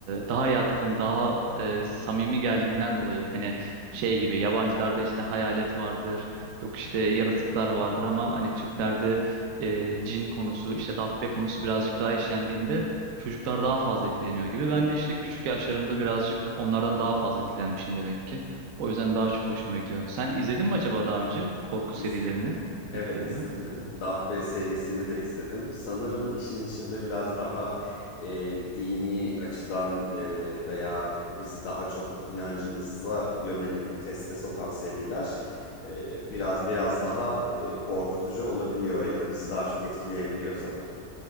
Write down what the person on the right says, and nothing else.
daha yatkın, daha e, samimi geldiğinden dolayı hani şey gibi yabancılarda işte hayalet vardır Yok işte yaratıklar vardır ama hani Türklerde e, cin konusu işte dabbe konusu birazcık daha işlendiğinde çocuklar daha fazla etkileniyor gibi. Ben de işte küçük yaşlarımda birazcık onlardan daha fazla etkilenmişim demek ki. O yüzden daha çok hoşuma gidiyor. Sen izledin mi acaba daha önce korku
serilerini? Bu
dediklerime.